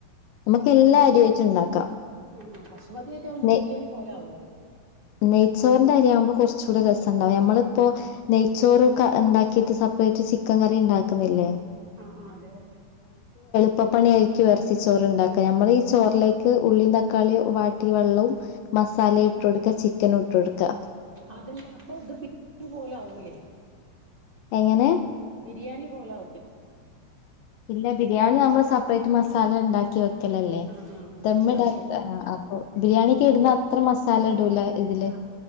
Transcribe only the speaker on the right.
ഉ ആ ബസുമതിയരി ആകുമ്പൾ
ബിരിയാണി പോലാവുംല്ലേ
ആഹ അതെ അതെ
അതല്ല അപ്പൊ അത് ബി പോലെ ആവുലേ
ബിരിയാണി പോലല്ലേ
ആഹ് ആഹ്
അത് ശരി
ആഹ്